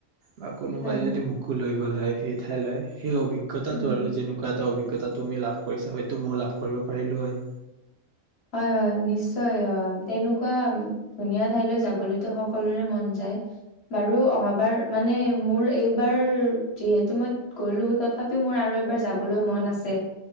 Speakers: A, on the right; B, on the left.
A: বা কোনোবাই
B: হয় হয়
A: যদি মোকো লৈ গ'ল হয় সেই ঠাইলৈ সেই অভিজ্ঞতা অভিজ্ঞতাতো
B: উম
A: আৰু যেনেুৱা এটা অভিজ্ঞতা কেইটাত তুমি লাভ কৰিছা সেইতো ময়ো লাভ কৰিব পাৰিলো হয়
B: হয় নিশ্চয় অ তেনেকুৱা ধুনীয়া ঠাইলৈ যাবলৈতো সকলোৰে মন যায় বাৰু অহাবাৰ মানে মোৰ এইবাৰ যিহেতু মই গলো তথাপিও মোৰ আৰু এবাৰ যাবলৈ মন আছে